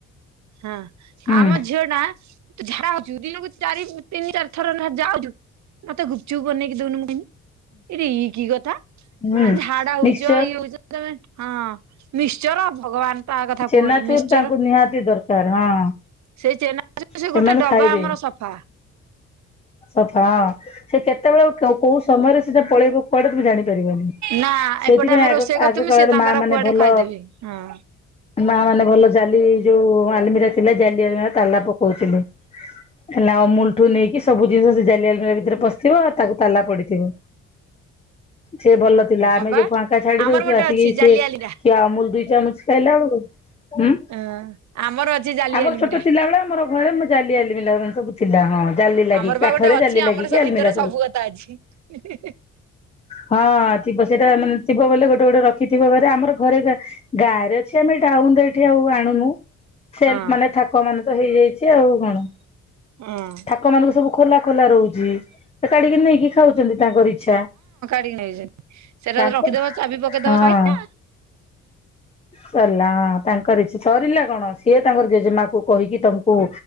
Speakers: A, on the right; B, on the left.
A: ହଁ
B: ହୁଁ
A: ଆମ ଝିଅ ଟା ଝା ହଉଛୁ ଦିନକୁ ଚାରି ତିନି ଚାରି ଥର ଯାଉଛୁ। ମତେ ଗୁପଚୁପ ବନେଇକି ଦଉନୁ ମୁଁ ଖାଇମି? ଇରେ ଇକି କଥା
B: ହୁଁ
A: ମନେ ଝାଡା ହଉଛ
B: ମିକ୍ସଚର
A: ଇଏ ହଉଛ ତମେ ହଁ ମିଶ୍ଚର ଭଗବାନ ତା କଥା
B: ଚେନାଚୁର
A: କୁହନି ମିଶ୍ଚର
B: ତାଙ୍କୁ ନିହାତି ଦରକାର ହଁ
A: ସେଇ ଚେନା ସେ
B: ସେମାନେ
A: ଗୋଟେ ଡବା
B: ଖାଇବେ
A: ଆମର ସଫା।
B: ସଫା ହଁ ସେ କେତେବେଳେ କୋଉ ସମୟରେ ସେଟା ପଳେଇବ କୁଆଡେ ତ ଜାଣିପାରିବନି।
A: ନା
B: ସେଇଥିପାଇଁ
A: ଏପଟେ ଆମେ
B: ଆଗ
A: ରୋଷେଇ କରିଥିବୁ
B: ଆଗ କାଳରେ
A: ସେ ତାଙ୍କର
B: ମା ମାନେ
A: କୁଆଡେ
B: ଭଲ
A: ଖାଇଦେବେ ହଁ।
B: ମା ମାନେ ଭଲ ଚାଲି ଯୋଉ ଆଲମିରା ଥିଲା ଜାଲିଲମି ତାଲା ପକଉଥିଲୁ। ହେଲା ଆମୁଲଠୁ ନେଇକି ସବୁ ଜିନିଷ ସେ ଜାଲି ଆଲମିର ଭିତରେ ପଶିଥିବ ଆଉ ତାକୁ ତାଲା ପଡିଥିବ। ସେ ଭଲ ଥିଲା
A: ହଁ
B: ଆମେ
A: ବା
B: ଯୋଉ ଫାଙ୍କା ଛାଡି
A: ଆମର
B: ଦଉଛୁ
A: ଗୋଟେ
B: ଆସିକି
A: ଅଛି
B: ସିଏ
A: ଜାଲିଆଲିରା
B: କିଏ ଅମୁଲ ଦିଇ ଚାମଚ ଖାଇଲା ବେଳକୁ ହୁଁ
A: ହଁ। ଆମର ଅଛି ଜାଲି
B: ଆମର
A: ଆଲିମିରା
B: ଛୋଟ ଥିଲାବେଳେ ଆମର ଘରେ ମୁଁ ଜାଲି ଆଲିମିରା ସବୁ ଥିଲା ହଁ ଜାଲି ଲାଗିକି
A: ଆମର
B: କାଠରେ
A: ପା ଗୋଟେ ଅଛି
B: ଜାଲି
A: ଆମର
B: ଲାଗିକି
A: ସେ
B: ଆଲମିରା
A: ଭିତରେ ସବୁ କଥା ଅଛି।
B: ହଁ ଥିବ ସେଇଟା ମାନେ ଥିବ ବୋଲେ ଗୋଟେ ଗୋଟେ ରଖିଥିବ ଘରେ ଆମର ଘରେ ଗାଁ ଗାଁ ରେ। ସେ ଆମେ ଡାଉନରେ ଠିଆ ହଉ ଆଉ ଆଣୁନୁ। ସେଲଫ
A: ହଁ
B: ମାନେ ଥାକ ମାନ ତ ହେଇଯାଇଛି ଆଉ କଣ?
A: ହୁଁ।
B: ଥାକ ମାନଙ୍କୁ ସବୁ ଖୋଲା ଖୋଲା ରୋହୁଚି କାଢିକି ନେଇକି ଖାଉଚନ୍ତି ତାଙ୍କର ଇଚ୍ଛା।
A: ହେଇଚି ସେଟା
B: ତାଙ୍କ
A: ତ ରଖିଦବ ଚାବି ପକେଇଦବ
B: ହଁ
A: ସଇଲା।
B: ସରିଲା ତାଙ୍କର ଇଚ୍ଛା ସରିଲା କଣ ସିଏ ତାଙ୍କର ଜେଜେମା କ କହିକି ତମକୁ